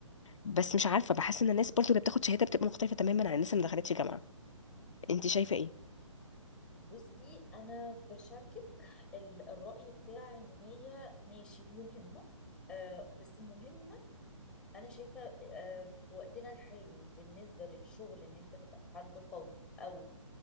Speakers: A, on the left; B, in the centre.
A: بس مش عارفه بحس ان الناس برضو اللي بتاخد شهاده بتبقى مختلفه تماما عن الناس اللي ما دخلتش جامعه انت شايفه ايه
B: بصي انا بشاركك ال- الرأي بتاعي ان هي ماشي مهمة آه بس مهمة انا شايفة آه في وقتنا الحالي بالنسبة للشغل ان انت تبقى حد قوي او